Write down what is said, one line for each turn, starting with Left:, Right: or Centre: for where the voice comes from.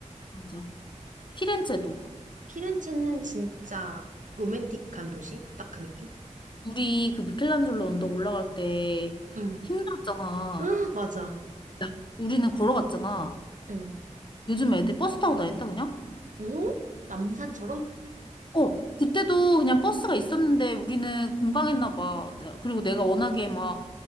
Left: 맞아. 피렌체도.
Right: 피렌체는 진짜 로맨틱한 도시? 딱 그 느낌?
Left: 우리 그 미켈란젤로 언덕 올라갈 때
Right: 응.
Left: 힘들었잖아.
Right: 아, 맞아.
Left: 야, 우리는 걸어갔잖아.
Right: 응.
Left: 요즘 애들 버스 타고 다닌다, 그냥?
Right: 어? 남산처럼?
Left: 어, 그때도 그냥 버스가 있었는데 우리는 공방했나 봐. 내- 그리고 내가 워낙에 막